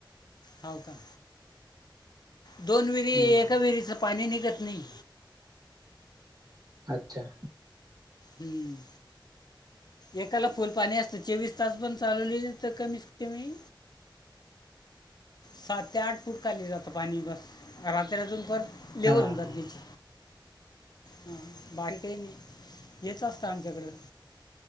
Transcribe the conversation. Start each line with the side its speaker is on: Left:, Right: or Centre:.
Left: हव का दोन विरी
Right: हम्म
Left: एका विरीचं पाणी निघत नाही.
Right: अच्छा!
Left: हम्म. एकाला फुल पाणी असतं चोवीस तास पण चालवली तर कमीत कमी सात ते आठ फूट खाली जातं पाणी बस रात्र अजून पर <unintelligible> गर्दीच.
Right: हां हां
Left: हा बाकी काय नी हेच असतं आमच्याकडं.